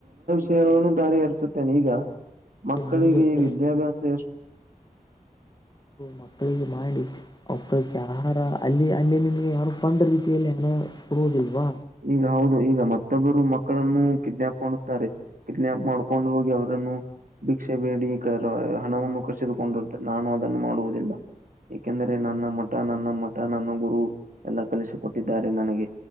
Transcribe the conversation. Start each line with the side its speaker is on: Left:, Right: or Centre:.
Right: <inaudible> ರಿಹರಿಸುತ್ತೇನೆ ಈಗ
Left: ರೀತಿಯಲ್ಲಿ
Right: ಮಕ್ಕಳಿಗೆ
Left: ಮುಂದೆ ಬರಲಿ
Right: ವಿದ್ಯಾಭ್ಯಾಸ
Left: ಅಂತ
Right: ಎಷ್ಟು
Left: ಮಕ್ಕಳಿಗೆ ಮಾಡಿ ಮಕ್ಕಳಿಗೆ ಆಹಾರ ಅಲ್ಲಿ ಅಲ್ಲಿ ನಿ ಯಾರು ಪೊಂಡ ರೀತಿಯಲ್ಲಿ ಕೊಡುವುದಲ್ವಾ
Right: ಈಗ ಹೌದು ಈಗ ಮತ್ತೊಬ್ಬರು ಮಕ್ಕಳನ್ನು ಕಿಡ್ನಾಯಪ್ ಮಾಡುತ್ತಾರೆ ಕಿಡ್ನಾಯಪ್ ಮಾಡ್ಕೊಂಡು ಹೋಗಿ ಅವ್ರನ್ನು ಭಿಕ್ಷೆ ಬೇಡಿ ಕ ಹಣವನ್ನು ಕಸಿದುಕೊಂಡಿರುತ್ತೆ ನಾನು ಅದನ್ನು ಮಾಡುವುದಿಲ್ಲ ಏಕೆಂದರೆ ನನ್ನ ಮಠ ನನ್ನ ಮಠ ನನ್ನ ಗುರು ಎಲ್ಲ ಕಲಿಸಿಕೊಟ್ಟಿದ್ದಾರೆ ನನಗೆ